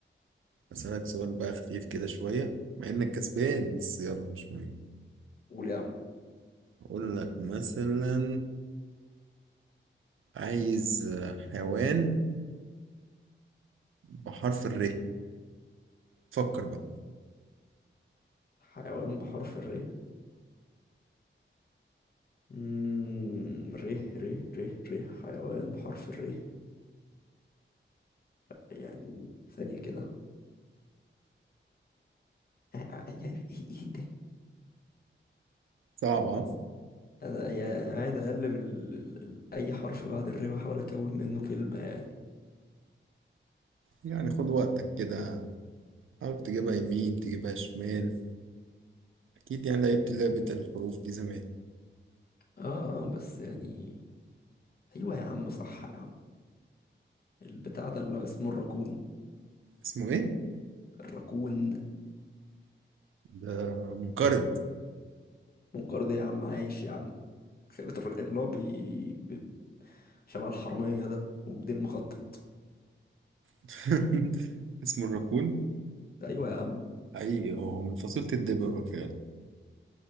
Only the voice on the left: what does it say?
قول يا عم
حيوان بحرف الري مم... ري ري ري ري حيوان بحرف الري يعني ثانية كده ع- يعني ايه ايه ده
انا يعني قاعد اقلب ال... ال... ال... اي حرف بعد الري واحاول اكون منه كلمه يعني
اه اه بس يعني ايوه يا عم صح يا عم البتاع ده اللي هو اسمه الراكون
الراكون
منقار ده يا عم عايش يا عم خلت الراجل اللي هو بي... بي... شبه الحراميه ده وبدين مخطط
ايوه يا عم